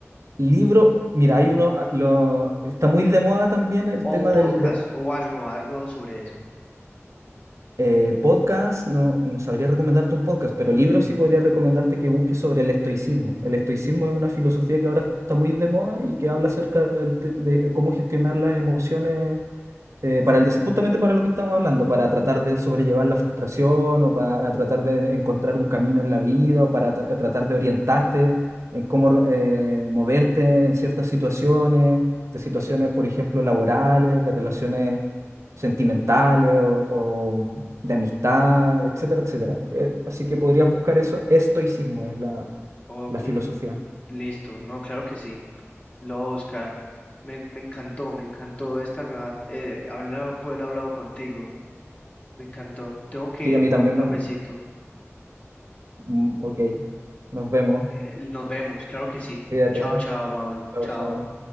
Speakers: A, on the right; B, on the left.
A: libro. Mira, hay uno, ah, lo, está muy de moda también el
B: O
A: tema
B: un
A: del,
B: podcast
A: de-
B: o algo, algo sobre eso.
A: eh, podcast, no, no sabría recomendarte un podcast, pero libros sí podría recomendarte que busques sobre el estoicismo. El estoicismo es una filosofía que ahora está muy de moda y que habla acerca del te- de cómo gestionar las emociones eh, para el des- justamente para lo que estamos hablando, para tratar de sobrellevar la frustración o para tratar de encontrar un camino en la vida o para tra- tratar de orientarte en cómo eh, moverte en ciertas situaciones, de situaciones, por ejemplo, laborales, de relaciones sentimentales o, o de amistad, etcétera, etcétera. Eh, así que podrías buscar eso. Estoicismo es la,
B: Ok,
A: la filosofía.
B: listo. No, claro que sí. Lo voy a buscar. Me, me encantó, me encantó esta, eh, hablar, poder hablado contigo. Me encantó. Tengo que
A: Sí,
B: ir
A: a mí
B: por
A: también
B: un cafecito.
A: me... mm, Ok, nos vemos.
B: Eh, nos vemos, claro que sí.
A: Cuídate.
B: Chao, chao, Pablo.
A: Chao,
B: Chao.
A: chao.